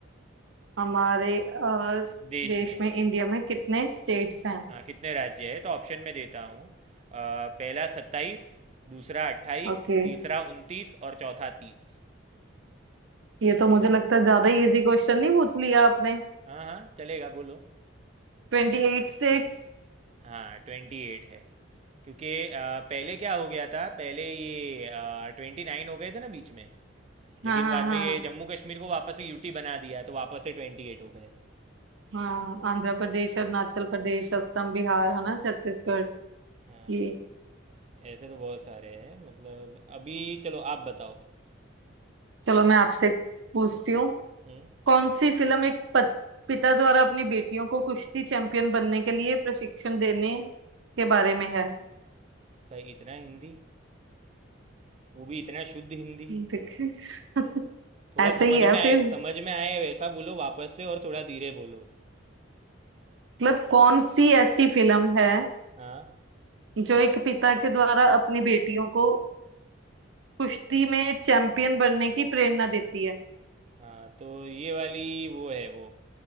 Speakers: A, on the right (about 65°); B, on the right (about 30°).
A: हमारे अ,
B: देश
A: देश
B: में
A: में इंडिया में कितने स्टेट्स हैं
B: हाँ कितने राज्य है तो ऑप्शन में देता हूँ अ, पहला सत्ताईस दूसरा अट्ठाईस
A: ओके
B: तीसरा उनतीस और चौथा तीस
A: ये तो मुझे लगता है ज्यादा ही इजी क्वेश्चन नहीं पूछ लिया आपने
B: हाँ हाँ चलेगा बोलो
A: Twenty eight states
B: हाँ ट्वेंटी एट है क्योंकि आ, पहले क्या हो गया था पहले ये ट्वेंटी नाइन हो गए थे ना बीच में लेकिन
A: हाँ हाँ
B: बाद
A: हाँ
B: में ये जम्मू कश्मीर को वापस से यूटी बना दिया तो वापस से ट्वेंटी एट हो गए
A: हाँ आंध्र प्रदेश अरुणाचल प्रदेश असम बिहार है
B: हाँ
A: ना छत्तीसगढ़
B: हाँ हाँ,
A: ये
B: ऐसे तो बहुत सारे हैं मतलब अभी चलो आप बताओ
A: चलो मैं आपसे पूछती हूँ
B: हम्म
A: कौन सी फिल्म एक पत, पिता द्वारा अपनी बेटियों को कुश्ती चैंपियन बनने के लिए प्रशिक्षण देने के बारे में है
B: भाई इतना हिंदी वो भी इतना शुद्ध हिंदी
A: देख <laughs>
B: थोड़ा
A: ऐसे
B: समझ
A: ही है
B: में आए
A: फिर
B: समझ में आए वैसा बोलो वापस से और थोड़ा धीरे बोलो
A: मतलब कौन सी ऐसी फिल्म है
B: हाँ
A: जो एक पिता के द्वारा अपनी बेटियों को कुश्ती में चैंपियन बनने की प्रेरणा देती है
B: हाँ तो ये वाली वो है वो